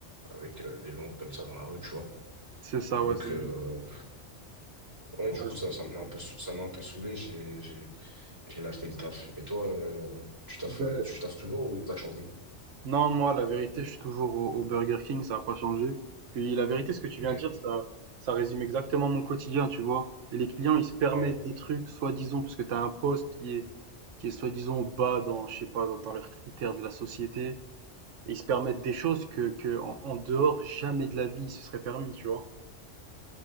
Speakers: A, on the right (about 15°); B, on the right (about 85°).
A: avec euh, des gens comme ça dans la rue, tu vois.
B: C'est ça,
A: Et donc,
B: ouais. c'est- ouais,
A: euh, ouais, du
B: c'est-
A: coup, ça, ça m'a un peu, sou- ça m'a un peu saoulé. J'ai, j'ai, j'ai lâché le taf. Et toi, euh, tu taffes,
B: Ben,
A: euh, tu taffes toujours ou t'as changé?
B: Non, moi, la vérité, je suis toujours au, au Burger King, ça n'a pas changé. Puis la vérité, ce que tu
A: Ok.
B: viens de dire, ça, ça résume exactement mon quotidien, tu vois. Et les clients, ils se permettent
A: Ouais.
B: des trucs, soi-disant, parce que tu as un poste qui est, qui est soi-disant bas dans, je sais pas, dans, dans leurs critères de la société. Et ils se permettent des choses que, que en, en dehors, jamais de la vie, ils se seraient permis, tu vois.